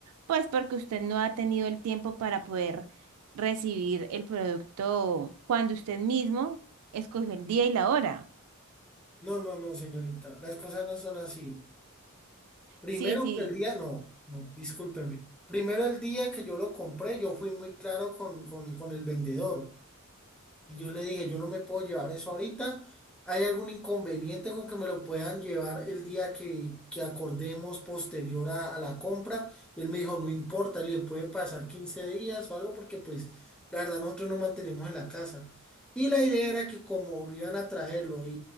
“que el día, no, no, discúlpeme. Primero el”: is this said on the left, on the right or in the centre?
Centre